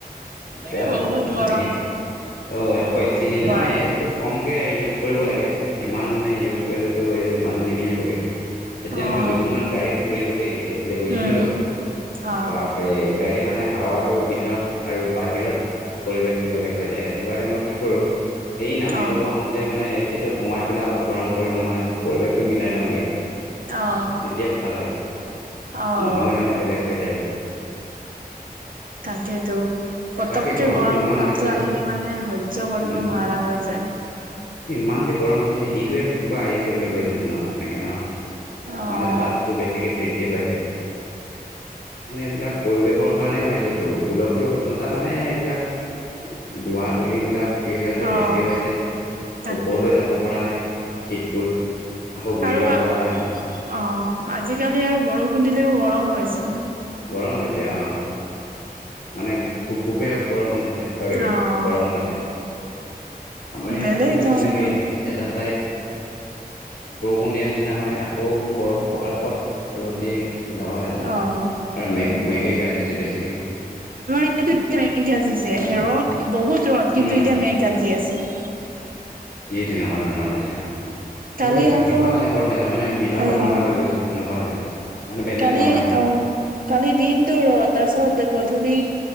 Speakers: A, on the left; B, on the right.
A: বেয়া
B: এই
A: হ'ব
B: বহুত
A: মানে তেনেকে
B: গৰম
A: ত এশ এ চি নি
B: হ'ব
A: মানে
B: আৰু
A: <unintelligible> সেইটো কমকে ইউজ কৰিব লাগে ইমান মানে ইউজ কৰিলেতো এইটো মানে নিমিলিবগে। এতিয়া
B: অ',
A: মই দুদিনমান গাড়ীত ফুৰিলোঁ দেই, সেইবিলে গৈছিলোঁটো
B: উম, অ',
A: বা এ, গাড়ীৰ মানে হাৱাটো ভিতৰত আৰু বাহিৰত পৰিৱেশটো বেলেগ হৈ যায়। এইটো কাৰণে মই কি কৰো এই নামিবলৈ
B: অ',
A: হওঁতে মানে এচিটো সোমাই পেলাই অলপ গৰম কৰি লওঁ মানে পৰিৱেশটো মিলাই লওঁগৈ।
B: অ',
A: তেতিয়া ভাল হয়
B: অ',
A: নহ'লে মানে বেলেগ হৈ যায় বহুত।
B: তাকেতো পতককে
A: তাকে গৰমটো
B: গৰম
A: ইমান
B: ভাৱতটো
A: হৈছে
B: আহিলে
A: যে
B: মানে হয় <unintelligible> সহ্য কৰিব
A: উম।
B: নোৱাৰা হৈ যায়।
A: ইমান যে গৰম হৈছে সিটোৱে কিবা আহিছে বুলি গৈছে জোনত এনেকৈ ন <unintelligible>
B: অ',
A: মানে তাপটো বেছিকে বৃদ্ধি হৈছে। মানে এইবিলাক পৰিৱেশৰ কাৰণে হৈছেতো গোলকীয় উষ্ণতা মানে এইবিলাক দুৱ, দুল বিলাক কি হৈছে
B: অ',
A: বেছি হৈছে
B: তাকে
A: ওপৰলৈ যাব। পৰা নাই শীতবোৰ আকৌ ঘূৰি
B: আৰু
A: যাব
B: অ,
A: পৰা নাই মানে
B: আজিকালি আৰু বৰষুণ দিলেও গৰম হয়চোন।
A: গৰম হৈছে অ, মানে গোপ, গোপিয়া বৰষুণ দিছে।
B: অ',
A: গৰম হৈছে। আমাৰ ইয়াতো
B: বেলেগ ধৰণৰ
A: তেনেকেই এটা ছাইড। বৰষুণ দিয়া নিচিনা হয়, আকৌ বৰষুণ পতাপত পোৱাত ৰ'দ দিয়ে তেনেকুৱা হৈ যায়।
B: অ'।
A: আৰু মেগ,
B: উম,
A: মেগেই গাজিছে বেছিকৈ।
B: মে গাজিছে ৰ'দ বহুত ৰ'দ কিন্তু
A: উম,
B: এতিয়া মেগাজি আছে। <inaudible>
A: এই তেনেকুৱা ধৰণৰ হৈছে মানে
B: কালি
A: পৰিৱেশটো
B: আকৌ
A: কিবা টাইপৰ হৈছে মানে, মিলাব
B: উম,
A: নোৱাৰা হৈ গৈছে। তেনেকুৱা হৈ যায়। মানে বেলেঞ্চ
B: কালি
A: হোৱা নাই,
B: অ, কালি দিনতো ৰ তাৰ পিছত গধূলি